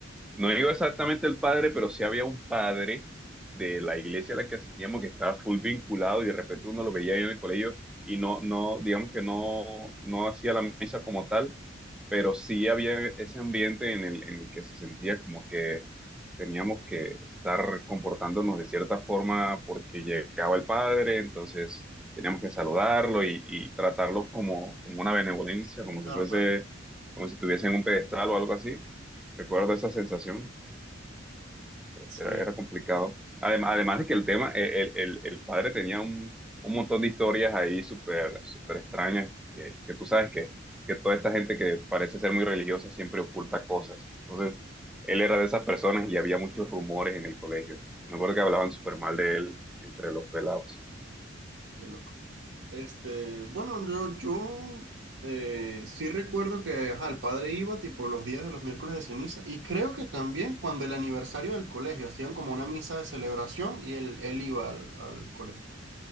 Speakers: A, in the centre; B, on the right.
A: no digo exactamente el padre, pero sí había un padre de la iglesia a la que asistíamos que estaba full vinculado y de repente uno lo veía ahí en el colegio y no, no, digamos que no, no hacía la misa como tal, pero sí había ese ambiente en el, en el que se sentía como que teníamos que estar comportándonos de cierta forma porque llegaba el padre, entonces teníamos que saludarlo y, y tratarlo como, como una benevolencia, como
B: Claro,
A: si fuese,
B: claro.
A: como si estuviese en un pedestal o algo así. Recuerdo esa sensación,
B: Sí,
A: era, era complicado. Además, además de que el tema, eh, el, el, el padre tenía un, un montón de historias ahí súper, súper extrañas, que, que tú sabes que, que toda esta gente que parece ser muy religiosa siempre oculta cosas. Entonces, él era de esas personas y había muchos rumores en el colegio. Me acuerdo que hablaban súper mal de él entre los pelados.
B: qué loco. Este, bueno, yo, yo eh, sí recuerdo que ajá, el padre iba tipo los días de los miércoles de ceniza y creo que también cuando el aniversario del colegio hacían como una misa de celebración y él, él iba al, al colegio.